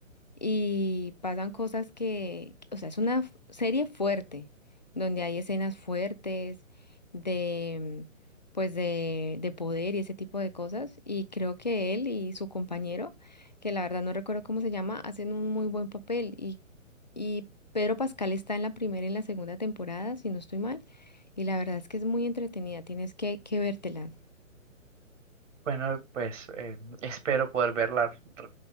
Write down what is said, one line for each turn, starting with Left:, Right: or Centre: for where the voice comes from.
Left: y pasan cosas que, o sea, es una f- serie fuerte, donde hay escenas fuertes de, pues de, de poder y ese tipo de cosas. Y creo que él y su compañero, que la verdad no recuerdo cómo se llama, hacen un muy buen papel. Y, y Pedro Pascal está en la primera y en la segunda temporada, si no estoy mal. Y la verdad es que es muy entretenida, tienes que, que vértela.
Right: Bueno, pues eh, espero poder verla, r-